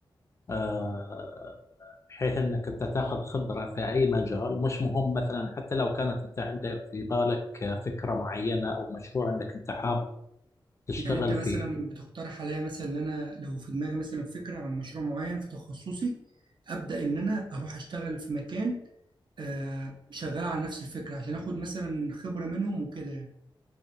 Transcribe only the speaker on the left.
آه، بحيث انك انت تاخذ خبره في اي مجال مش مهم مثلا حتى لو كانت انت عندك في بالك فكره معينه او مشروع انك انت حاب تشتغل
فيه